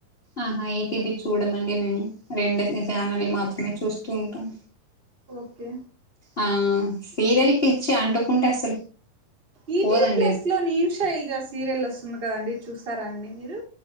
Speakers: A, on the left (about 20°); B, on the right (about 15°).
A: ఆహా ఈటీవీ చూడమండి మేము రెండు ఛానల్లు మాత్రమే చూస్తూ ఉంటాం
B: ఓకే
A: ఆ సీరియల్ పిచ్చి అంటుకుంటే అసలు
B: ఈటీవీ
A: పోదండి
B: ప్లస్
A: అది
B: లో నేను శైలజ సీరియల్ వస్తుంది కదండి చూసారా అండి మీరు